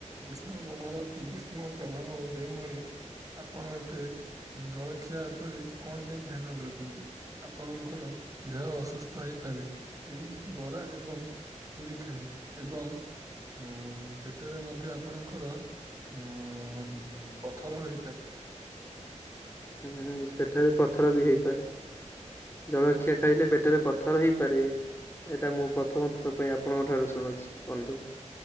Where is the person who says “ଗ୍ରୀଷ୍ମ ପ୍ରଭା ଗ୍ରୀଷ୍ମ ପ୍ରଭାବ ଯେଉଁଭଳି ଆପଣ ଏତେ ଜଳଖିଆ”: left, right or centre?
Right